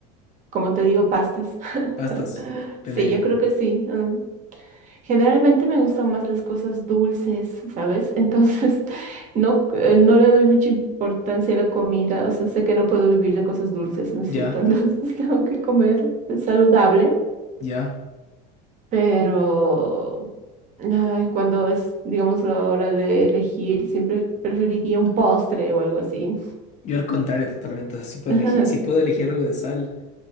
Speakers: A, on the right; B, on the left.
A: como te digo, pastas. <laughs>
B: Pastas, de
A: Sí,
B: ley.
A: yo creo que sí. mm. Generalmente me gustan más las cosas dulces, ¿sabes? Entonces, <laughs> no, eh, no le doy mucha importancia a la comida. O sea, sé que no puedo vivir de cosas dulces, ¿no es
B: Ya,
A: cierto? <laughs> Entonces, tengo que comer saludable,
B: ya.
A: pero ay, cuando es, digamos, la hora de elegir, siempre preferiría un postre o algo así.
B: Yo al contrario, totalmente. O sea, si puedo
A: <laughs>
B: elegir, si puedo elegir algo de sal,